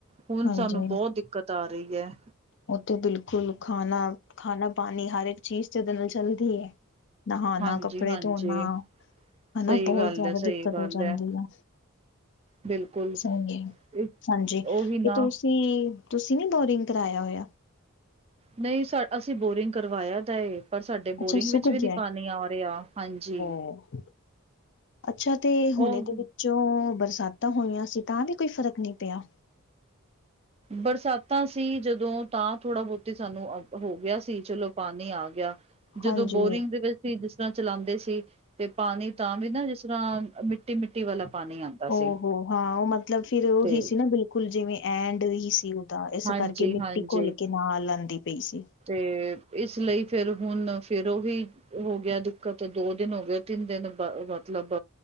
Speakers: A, on the right (about 30°); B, on the left (about 55°).
A: ਹੁਣ
B: ਹਾਂਜੀ
A: ਸਾਨੂੰ ਬਹੁਤ ਦਿੱਕਤ ਆ ਰਹੀ ਹੈ
B: ਉਹ ਤੇ ਬਿਲਕੁਲ ਖਾਣਾ ਖਾਣਾ ਪਾਣੀ ਹਰ ਇੱਕ ਚੀਜ਼ ਤੇ ਉਦੇ ਨਾਲ ਚਲਦੀ ਹੈ ਨਹਾਣਾ
A: ਹਾਂਜੀ-ਹਾਂਜੀ
B: ਕੱਪੜੇ ਧੋਣਾ ਹਨਾ
A: ਸਹੀ
B: ਬਹੁਤ
A: ਗੱਲ
B: ਜ਼ਿਆਦਾ
A: ਹੈ, ਸਹੀ
B: ਦਿੱਕਤ
A: ਗੱਲ
B: ਹੋ ਜਾਂਦੀ
A: ਹੈ
B: ਐ
A: ਬਿਲਕੁਲ
B: ਸਹੀ ਹੈ
A: ਉਹੀ
B: ਹਾਂਜੀ
A: ਨਾ
B: ਤੇ ਤੁਸ ਸੀ ਤੁਸੀ ਨੀ ਬੋਰਿੰਗ ਕਰਾਇਆ ਹੋਇਆ
A: ਨਹੀਂ ਸਾ ਅਸੀਂ ਬੋਰਿੰਗ ਕਰਵਾਇਆ ਦਾ ਏ ਪਰ ਸਾਡੇ
B: ਅੱਛਾ
A: ਬੋਰਿੰਗ
B: ਸੁੱਕ
A: ਵਿੱਚ ਵੀ ਨੀ
B: ਗਿਆ
A: ਪਾਣੀ ਆ ਰਿਹਾ ਹਾਂਜੀ
B: <unintelligible> ਅੱਛਾ ਤੇ ਹੁਣ
A: ਉਹ
B: ਇਦੇ ਵਿੱਚੋਂ ਬਰਸਾਤਾਂ ਹੋਈਆਂ ਸੀ ਤਾਂ ਵੀ ਕੋਈ ਫ਼ਰਕ ਨਹੀਂ ਪਿਆ
A: ਬਰਸਾਤਾਂ ਸੀ ਜਦੋਂ ਤਾਂ ਥੋੜ੍ਹਾ ਬਹੁਤੀ ਸਾਨੂੰ ਅ ਹੋ ਗਿਆ ਸੀ ਚਲੋ ਪਾਣੀ ਆ ਗਿਆ ਜਦੋਂ
B: ਹਾਂਜੀ,
A: ਬੋਰਿੰਗ ਦੇ ਵਿੱਚ ਵੀ ਜਿਸ ਤਰ੍ਹਾਂ ਚਲਾਉਂਦੇ ਸੀ ਤੇ ਪਾਣੀ ਤਾਂ ਵੀ ਨਾ ਜਿਸ ਤਰ੍ਹਾਂ ਮਿੱਟੀ ਮਿੱਟੀ ਵਾਲਾ ਪਾਣੀ ਆਉਂਦਾ
B: ਉਹ
A: ਸੀ
B: ਹੋ ਹਾਂ ਉਹ ਮਤਲਬ ਫਿਰ ਉਹੀ
A: ਤੇ
B: ਸੀ ਨਾ ਬਿਲ ਕੁਲ ਜਿਵੇਂ ਐਂਡ ਹੀ ਸੀ ਉਹਦਾ ਇਸ
A: ਹਾਂਜੀ
B: ਕਰਕੇ ਮਿੱਟੀ
A: ਹਾਂਜੀ
B: ਘੁਲ ਕੇ ਨਾਲ ਆਉਂਦੀ ਪਈ ਸੀ
A: ਤੇ ਇਸ ਲਈ ਫਿਰ ਹੁਣ ਫਿਰ ਉਹੀ ਹੋ ਗਿਆ ਦਿੱਕਤ ਦੋ ਦਿਨ ਹੋ ਗਏ ਤਿੰਨ ਦਿਨ ਬ ਮਤਲਬ